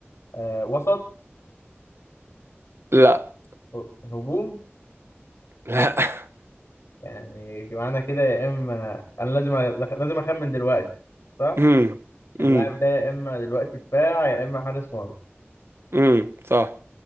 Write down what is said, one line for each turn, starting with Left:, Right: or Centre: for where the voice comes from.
Left: آه، وسط
Right: لا
Left: ه- هجوم
Right: لا <laughs>
Left: يعني معنى كده يا إما أنا لازم أ- لازم أخمن دلوقتي صح؟
Right: امم امم
Left: اللاعب ده يا إما دلوقتي دفاع يا إما حارس مرمى
Right: امم صح